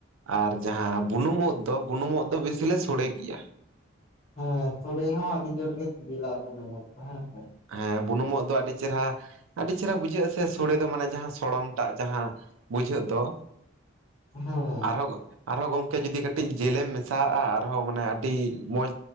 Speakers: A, on the right; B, on the left.
A: ᱟᱨ ᱡᱟᱦᱟᱸ ᱵᱩᱱᱩᱢ ᱩᱫ ᱫᱚ ᱵᱩᱱᱩᱢ ᱩᱫ ᱫᱚ ᱵᱤᱥᱤ ᱞᱮ ᱥᱳᱲᱮ ᱜᱤᱭᱟ᱾
B: ᱦᱮᱸ ᱥᱳᱲᱮ ᱦᱚᱸ ᱟᱹᱰᱤ ᱡᱳᱨ ᱜᱮ ᱥᱤᱵᱤᱞᱟ ᱵᱩᱱᱩᱢ ᱩᱫ ᱫᱚ, ᱦᱮᱸ ᱥᱮ?
A: ᱦᱮᱸ ᱵᱩᱱᱩᱢ ᱩᱫ ᱫᱚ ᱟᱹᱰᱤ ᱪᱮᱨᱦᱟ ᱟᱹᱰᱤ ᱪᱮᱨᱦᱟ ᱵᱩᱡᱷᱟᱹᱜ-ᱟ ᱥᱮ ᱥᱳᱲᱮ ᱫᱚ ᱢᱟᱱᱮ ᱡᱟᱦᱟᱸ ᱥᱚᱲᱚᱢ ᱴᱟᱜ ᱡᱟᱦᱟᱸ ᱵᱩᱡᱷᱟᱹᱜ ᱫᱚ᱾
B: ᱦᱮᱸ
A: ᱟᱨᱦᱚᱸ ᱟᱨᱦᱚᱸ ᱜᱚᱝᱠᱮ ᱡᱩᱫᱤ ᱠᱟᱹᱴᱤᱡ ᱡᱮᱞᱮᱢ ᱢᱮᱥᱟᱣᱟᱜ-ᱟ ᱟᱨᱦᱚᱸ ᱢᱟᱱᱮ ᱟᱹᱰᱤ ᱢᱚᱡᱽ